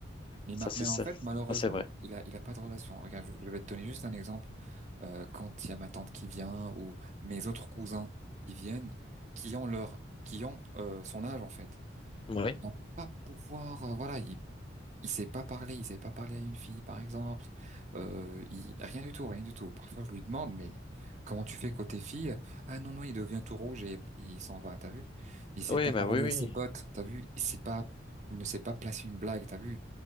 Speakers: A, on the right (about 40°); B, on the left (about 25°).
A: Mais,
B: Ça,
A: ma-
B: c'est
A: mais en
B: ça.
A: fait, malheureusement,
B: Ça, c'est vrai.
A: il a, il a pas de relation. Regarde, je, je vais te donner juste un exemple. euh, quand il y a ma tante qui vient ou mes autres cousins qui viennent, qui ont leur, qui ont euh, son âge en fait.
B: Oui.
A: Ils vont pas pouvoir, euh, voilà, ils il sait pas parler, il sait pas parler à une fille, par exemple. Euh, il... Rien du tout, rien du tout. Parfois, je lui demande, mais comment tu fais côté fille? Ah non, non, il devient tout rouge et il s'en va, t'as vu? Il sait
B: Oui,
A: pas
B: bah
A: parler
B: oui, oui.
A: à ses potes, t'as vu? Il sait pas, il ne sait pas placer une blague, t'as vu?